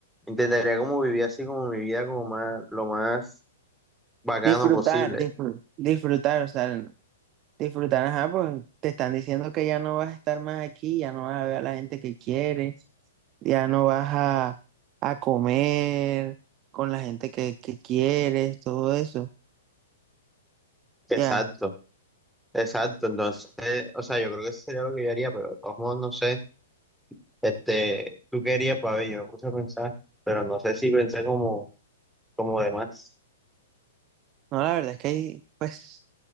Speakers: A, in the centre; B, on the right.
A: intentaría como vivir así como mi vida como más, lo más bacano
B: Disfrutar,
A: posible,
B: disfrutar, disfrutar, o sea, disfrutar, ajá, pues te están diciendo que ya no vas a estar más aquí, ya no vas a ver a la gente que quieres. ya no vas a, a comer con la gente que, que quieres, todo eso.
A: exacto.
B: Ya,
A: Exacto, entonces, o sea, yo creo que eso sería lo que yo haría, pero de todos modos, no sé, este, tú querías, para ver, yo me puse a pensar, pero no sé si pensé como, como demás.
B: no, la verdad es que, ahí pues,